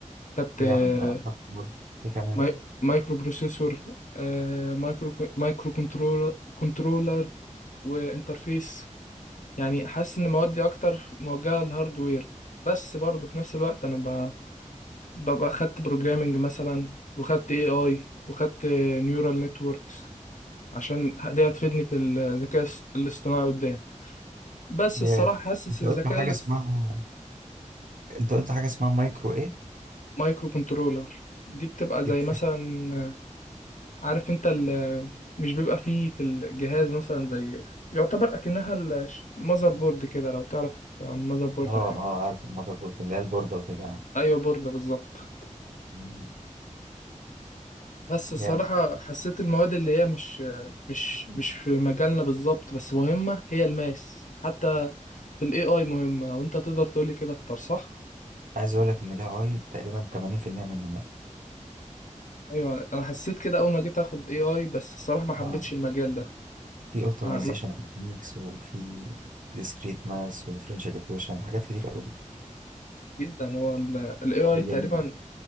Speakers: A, on the left (about 70°); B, on the right (about 85°).
A: خدت
B: جامد
A: آه،
B: انا حاطط برضه ايه كمان
A: ماي- مايكرو بروسيسور آه، مايكرو مايكرو كنترول كنترولر وانترفيس يعني حاسس ان موادي اكتر موجهه للهاردوير بس برضه في نفس الوقت انا ب- ببقى خدت بروجرامنج مثلا وخدت اي اي وخدت نيورال نتوركس عشان دي هتفيدني في الذكاء الص- الاصطناعي قدام بس
B: جامد
A: الصراحه حاسس
B: انت
A: الذكاء
B: قلت حاجه
A: الاص-
B: اسمها انت قلت حاجه اسمها مايكرو ايه
A: مايكرو كنترولر دي بتبقى
B: دي
A: زي
B: بتر...
A: مثلا عارف انت ال- مش بيبقى فيه في الجهاز مثلا زي يعتبر اكنها المذر بورد كده لو تعرف عن المذر بورد
B: اه
A: حاجه
B: اه عارف المذر بورد اللي هي البورده وكده يعني
A: ايوه بورد بالظبط
B: مم.
A: بس الصراحة
B: جامد
A: حسيت المواد اللي هي مش مش مش في مجالنا بالظبط بس مهمة هي الماس حتى في الاي اي مهمة وانت تقدر تقولي كده اكتر صح؟
B: عايز اقول لك ان الاي اي تقريبا 80% منه ماث
A: ايوه انا حسيت كده اول ما جيت اخد اي اي بس الصراحة ما حبيتش
B: اه
A: المجال ده
B: في اوبتمايزيشن
A: ما- ما-
B: تكنيكس وفي ديسكريت ماس وديفرنشال ايكويشن حاجات كتير قوي
A: جدا هو الاي اي
B: بريليانين
A: تقريبا